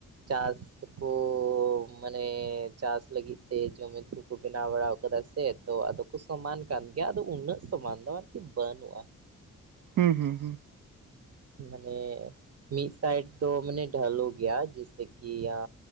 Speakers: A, on the right (about 40°); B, on the right (about 60°).
A: ᱪᱟᱥᱠᱩᱻ ᱢᱟᱱᱮ ᱪᱟᱥ ᱞᱟᱹᱜᱤᱫ ᱛᱮ ᱡᱩᱢᱤᱫ ᱠᱩᱠᱚ ᱵᱮᱱᱟᱣ ᱵᱟᱲᱟᱣ ᱠᱟᱫᱟ ᱥᱮ ᱛᱚ ᱟᱫᱚ ᱠᱚ ᱥᱚᱢᱟᱱ ᱠᱟᱱ ᱜᱮᱭᱟ ᱟᱫᱚ ᱩᱱᱟᱹᱜ ᱥᱚᱢᱟᱱ ᱫᱚ ᱟᱨᱠᱤ ᱵᱟᱹᱱᱩᱜ-ᱟ ᱾
B: ᱦᱩᱸ ᱦᱩᱸ ᱦᱩᱸ
A: ᱢᱟᱱᱮ ᱢᱤᱫ ᱥᱟᱭᱤᱰ ᱫᱚ ᱢᱟᱱᱮ ᱰᱷᱟᱹᱞᱩ ᱜᱮᱭᱟ ᱡᱮᱭ ᱥᱮᱠᱤ ᱟᱻ